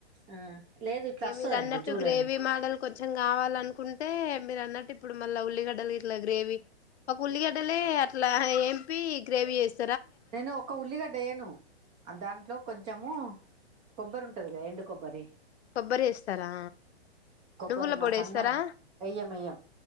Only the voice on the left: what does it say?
ఏ
మీరు అన్నట్టు
గ్రేవీ మాడలు కొంచెం కావాలనుకుంటే అంటే మీరు అన్నట్టు ఇప్పుడు మళ్ళా ఉల్లిగడ్డలు ఇట్లా గ్రేవీ, ఒక ఉల్లిగడ్డలే అట్లా ఏంపి గ్రీవి ఎస్
కొబ్బరి వేస్తారా
నువ్వుల పొడి
వేస్తారా